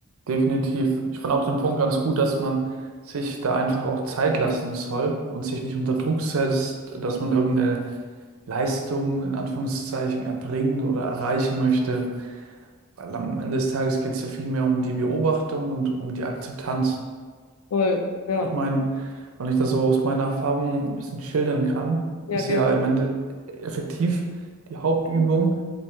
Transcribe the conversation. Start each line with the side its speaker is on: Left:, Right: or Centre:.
Right: Definitiv. Ich fand auch den Punkt ganz gut, dass man sich da einfach auch Zeit lassen soll und sich nicht unter Druck setzt, dass man irgendeine Leistung in Anführungszeichen erbringen oder erreichen möchte. Weil am Ende des Tages geht es ja viel mehr um die Beobachtung und um die Akzeptanz.
Left: Voll, ja,
Right: Ich meine, wenn ich das so aus meiner Erfahrung ein bisschen schildern kann,
Left: ja,
Right: ist
Left: gerne.
Right: ja im Ende effektiv die Hauptübung,